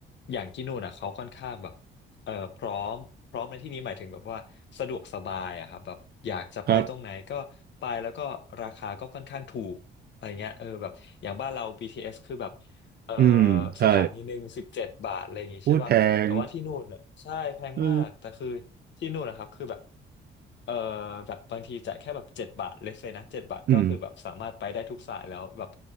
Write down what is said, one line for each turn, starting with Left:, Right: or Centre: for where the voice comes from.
Left: อย่างที่นู่นอะเขาค่อนข้างแบบเอ่อพร้อมพร้อมในที่นี้หมายถึงแบบว่าสะดวกสบายอะครับแบบอยากจะไปตรงไหนก็ไปแล้วก็ราคาก็ค่อนข้างถูก
Right: ครับ
Left: อะไรเงี้ยเออแบบอย่างบ้านเรา BTS คือแบบเออ
Right: อืมใช่
Left: สถานีหนึ่งสิบเจ็ดบาทอะไรอย่างงี้ใช่ป่ะแต่ว่าที่นู่นอ่ะใช่แพงมากแต่คือ
Right: อุ้ยแพงเออ
Left: ที่นู่นนะครับคือแบบเออแบบบางทีจ่ายแค่แบบเจ็ดบาทเลสเลยนะเจ็ดบาทก็คือแบบสามารถไปได้ทุกสายแล้วแบบ
Right: อืม